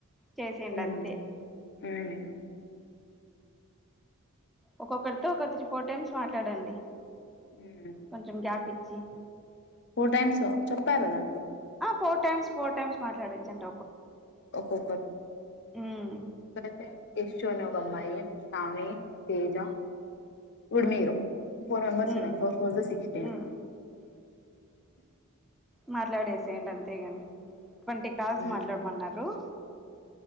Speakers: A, in the centre; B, on the left (about 55°).
A: చేసెయ్యండంతే
B: ఉమ్ ఉమ్
A: ఒక్కొక్కరితో ఒక త్రీ ఫోర్ టైమ్స్ మాట్లాడండి.
B: ఉమ్
A: కొంచెం గ్యాప్ ఇచ్చి <inaudible>
B: ఫోర్ టైమ్స్ చెప్పారుగా
A: ఆ ఫోర్ టైమ్స్ ఫోర్ టైమ్స్ మాట్లాడచ్చంట.
B: ఒక్కొక్క
A: ఉమ్
B: అతే యశ్శు అని ఒక అమ్మా యి షామి తేజ ఉడిమీరు ఫోర్ మెంబర్స్
A: ఉమ్
B: ఉన్నారు ఫోర్ ఫైజా సిక్ స్టీన్
A: ఉమ్ మాట్లాడేసెయ్యండంతేగాని ట్వంటీ కాల్స్
B: ఉమ్
A: మాట్లాడుమన్నారు. <inaudible>